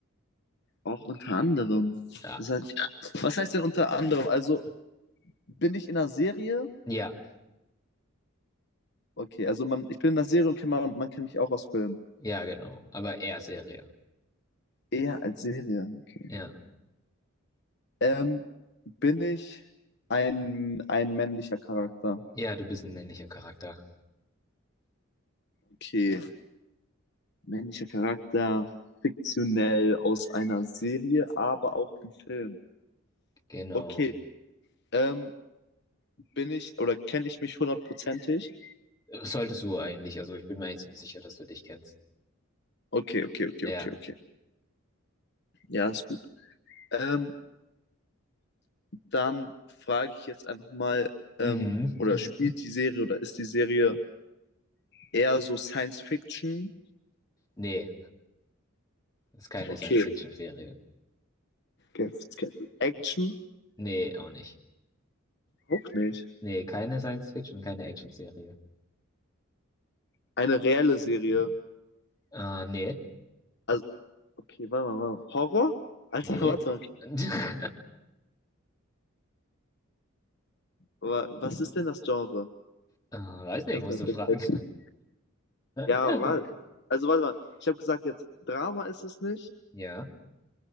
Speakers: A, on the left; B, on the left.
A: Auch unter anderem.
B: Ja.
A: Das heißt, was heißt denn unter anderem? Also bin ich in einer Serie?
B: Ja,
A: Okay, also man, ich bin in einer Serie und kennt man, man kennt mich auch aus Filmen.
B: ja, genau. Aber eher Serie.
A: Eher als Serie, okay.
B: Ja.
A: Ähm, bin ich ein, ein männlicher Charakter?
B: Ja, du bist ein männlicher Charakter.
A: Okay, männlicher Charakter, fiktionell aus einer Serie, aber auch im Film.
B: Genau.
A: Okay, ähm, bin ich oder kenne ich mich hundertprozentig?
B: Solltest du eigentlich. Also ich bin mir eigentlich ziemlich sicher, dass du dich kennst.
A: Okay, okay, okay,
B: Ja.
A: okay, okay. Ja, ist gut. Ähm, dann frage ich jetzt einfach mal, ähm,
B: Mhm.
A: oder Mhm. spielt die Serie oder ist die Serie eher so Science Fiction?
B: Nee, ist keine
A: Okay.
B: Science-Fiction-Serie.
A: okay. Action?
B: Nee, auch nicht.
A: Auch nicht.
B: Nee, keine Science-Fiction, keine Action-Serie.
A: Eine reelle Serie.
B: Äh, nee.
A: Also, okay, warte mal, warte mal. Horror? Alter,
B: Nee.
A: <laughs> warte mal.
B: <laughs>
A: Wa- Was ist denn das Genre?
B: Äh, weiß nicht,
A: Kannst
B: musst
A: du mir
B: du
A: vielleicht
B: fragen.
A: helfen?
B: <laughs>
A: Ja, warte. Also, warte mal. Ich habe gesagt, jetzt Drama ist es nicht,
B: Ja.